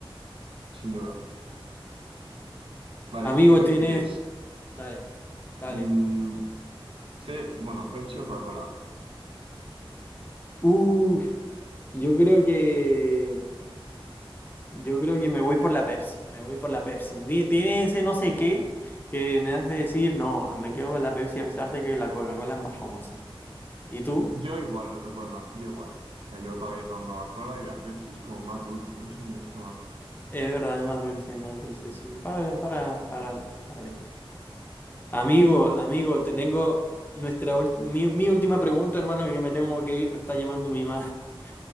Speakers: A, on the right (about 65°); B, on the left (about 20°).
A: sin duda. Vale,
B: Amigo,
A: ¿qué prefieres?
B: tienes... Dale, dale.
A: Mm, Sí, bueno, Pepsi o Coca-Cola.
B: Uf, yo creo que... Yo creo que me voy por la Pepsi, me voy por la Pepsi. Di- Tiene ese no sé qué que me hace decir, no, me quedo con la Pepsi a pesar de que la Coca-Cola es más famosa. ¿Y tú?
A: Yo igual, no te puedo engañar. Yo igual. O sea, yo todavía tomando Coca-Cola y la Pepsi es como más dulce, no sé, me gusta más.
B: Es verdad, es más dulce, es más dulce, sí. Para, para, para, para. Amigo,
A: Mm,
B: amigo, te tengo nuestra ul- mi, mi última pregunta, hermano, que me tengo que ir, me está llamando mi madre. <laughs>